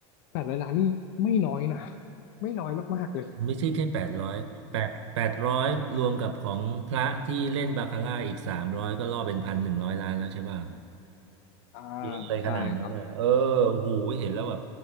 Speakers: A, on the left; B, on the right.
A: แปดร้อยล้านนี่ไม่น้อยนะไม่น้อยมากๆเลย
B: ไม่ใช่แค่แปดร้อยแปดแปดร้อยรวมกับของพระที่เล่นบาคาร่าอีกสามร้อยก็ล่อเป็นพันหนึ่งร้อยล้านแล้วใช่ป่ะ
A: อ่า
B: เยอะเลยขนาดนั้นน่ะเออโอ้โหเห็นแล้วแบบ
A: ใช่ครับ